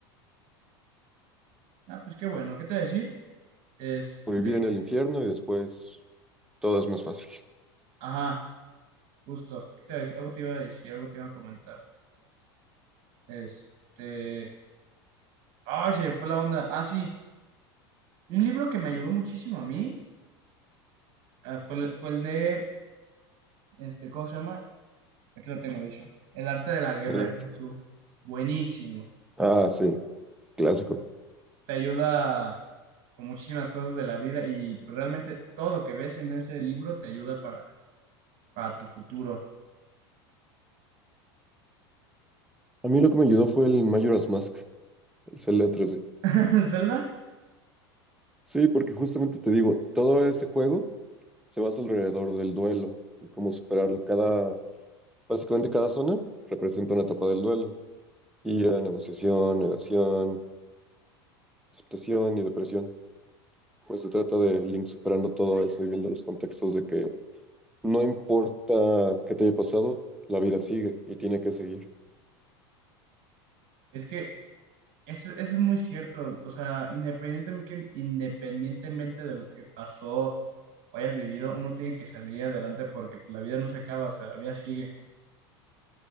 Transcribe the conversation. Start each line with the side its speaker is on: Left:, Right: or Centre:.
Right: Ah, pues qué bueno, ¿qué te iba a decir? Este,
Centre: O Vivir en el infierno y después todo es más fácil. <laughs>
Right: ajá, justo, ¿qué te iba a decir? Algo te iba a decir, algo te iba a comentar. Este, ay, se me fue la onda. Ah, sí, un libro que me ayudó muchísimo a mí, ah, fue, el- fue el de, este, ¿cómo se llama? Aquí lo tengo, dicho. El arte de la guerra
Centre: Mm.
Right: de Sun Tzu. Buenísimo.
Centre: Ah, sí, clásico.
Right: Te ayuda con muchísimas cosas de la vida y pues, realmente todo lo que ves en ese libro te ayuda para, para tu futuro.
Centre: A mí lo que me ayudó fue el Majora's Mask. Es el otro, sí.
Right: <laughs> Zelda,
Centre: Sí, porque justamente te digo, todo ese juego se basa alrededor del duelo y cómo superarlo. Cada, básicamente cada zona representa una etapa del duelo. Ira, negociación, negación, aceptación y depresión. Pues se trata de Link superando todo eso y viendo los contextos de que no importa qué te haya pasado, la vida sigue y tiene que seguir.
Right: es que eso, eso es muy cierto. O sea, independientemente, independientemente de lo que pasó o hayas vivido, uno tiene que salir adelante porque pues, la vida no se acaba, o sea, la vida sigue.